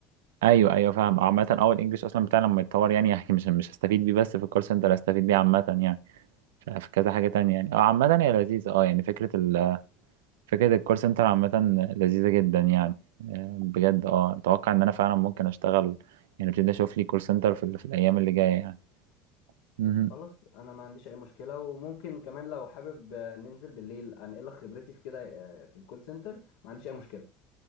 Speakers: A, on the right; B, on the left.
A: ايوه ايوه فاهم عامه اه الانجليش اصلا بتاعنا لما يتطور يعني <laughs> يعني مش مش هستفيد بيه بس في الكول سنتر هستفيد بيه عامه يعني ف- في كذا حاجه تانية يعني اه عامه هي لذيذه اه يعني فكره ال فكره الكول سنتر عامه لذيذه جدا يعني آه، بجد اه اتوقع ان انا فعلا ممكن اشتغل يعني ابتدي اشوف لي كول سنتر في, ال- في الايام اللي جايه يعني مهم.
B: خلاص انا ما عنديش اي مشكله وممكن كمان لو حابب آه، ننزل بالليل انقل لك خبرتي في كده آه، في الكول سنتر ما عنديش اي مشكله